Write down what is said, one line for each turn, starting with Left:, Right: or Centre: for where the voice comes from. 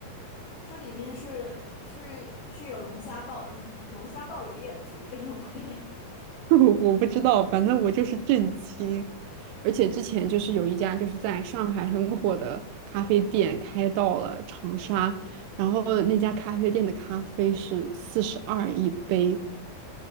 Left: 它里面是是是有龙虾鲍 <laughs> 龙虾鲍鱼也不至于这么贵 <laughs>
Right: <laughs> 我我不知道，反正我就是震惊。而且之前就是有一家就是在上海很火的咖啡店开到了长沙，然后那家咖啡店的咖啡是四十二一杯，